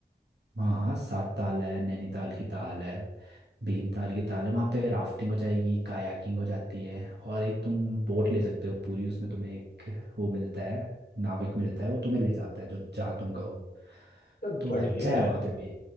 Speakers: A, on the right; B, on the left.
A: हाँ हाँ सात ताल है नैनीताल की ताल है भीमताल की ताल है वहाँ पे राफ्टिंग हो जाएगी कायाकिंग हो जाती है और एक तुम बोट ले सकते हो पूरी उसमें तुम्हें एक वो मिलता है नाविक मिलता है वो तुम्हें ले जाता है जो जहाँ तुम कहो
B: तो
A: तो
B: बढ़िया
A: अच्छा है
B: है
A: वहाँ पे भी